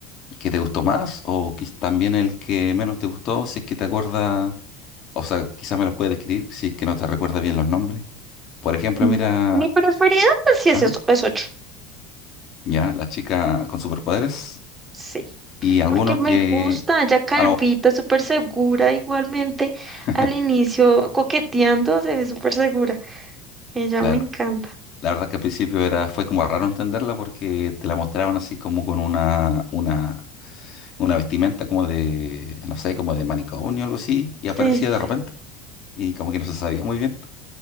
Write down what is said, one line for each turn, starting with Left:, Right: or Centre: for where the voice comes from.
Left: que te gustó más o quiz- también el que menos te gustó, si es que te acuerdas, o sea, quizá me los puedes describir si es que no te recuerdas bien los nombres. Por ejemplo,
Right: Mm,
Left: mira,
Right: Mi preferida, pues sí, es,
Left: ajá,
Right: eso- es ocho
Left: ya, la chica con superpoderes
Right: Sí,
Left: y alguno
Right: porque me
Left: que,
Right: gusta, ya calvita,
Left: a lo-
Right: súper segura, igualmente
Left: <laughs>
Right: al inicio coqueteando, se ve súper segura. Ella
Left: claro,
Right: me encanta.
Left: la verdad que al principio era, fue como raro entenderla porque te la mostraban así como con una, una, una vestimenta como de, no sé, como de manicomio o algo así y
Right: Sí,
Left: aparecía
Right: sí,
Left: de
Right: sí.
Left: repente y como que no se sabía muy bien.